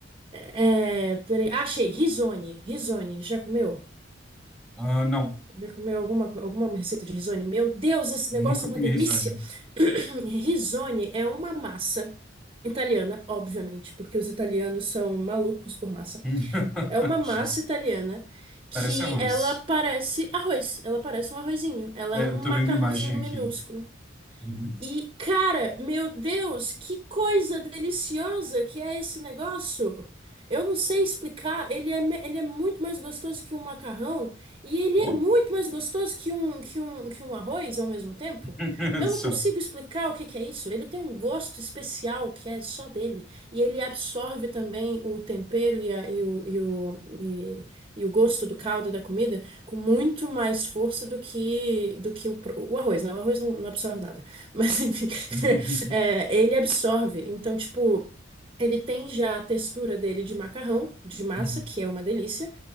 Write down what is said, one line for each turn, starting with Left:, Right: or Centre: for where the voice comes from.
Right: É... Peraí. ah, Achei. Risone. Risone. Já comeu?
Centre: Ah, não.
Right: Já comeu alguma, alguma receita de risone? Meu Deus, esse
Centre: Nunca
Right: negócio é uma
Centre: comi
Right: delícia!
Centre: risânio.
Right: <coughs> <clears throat> Risone é uma massa italiana, obviamente, porque os italianos são malucos por massa.
Centre: Hum.
Right: É uma massa
Centre: <laughs> Justo.
Right: italiana que
Centre: Parece arroz.
Right: ela parece arroz. Ela parece um arrozinho. Ela
Centre: É,
Right: é um
Centre: eu
Right: macarrãozinho
Centre: tô vendo imagem aqui.
Right: minúsculo.
Centre: Uhum.
Right: E, cara, meu Deus, que coisa deliciosa que é esse negócio! Eu não sei explicar, ele é, me- ele é muito mais gostoso que um macarrão e ele
Centre: Bom?
Right: é muito mais gostoso que um, que um, que um arroz ao mesmo tempo.
Centre: <laughs>
Right: Eu
Centre: Só.
Right: não consigo explicar o que que é isso. Ele tem um gosto especial que é só dele e ele absorve também o tempero e, a- e o, e, o, e, e o gosto do caldo e da comida com muito mais força do que, do que o, pro- o arroz, né? O arroz não não absorve nada. Mas enfim,
Centre: Uhum.
Right: <laughs> é, ele absorve. Então, tipo, ele tem já a textura dele de macarrão, de massa,
Centre: Uhum.
Right: que é uma delícia,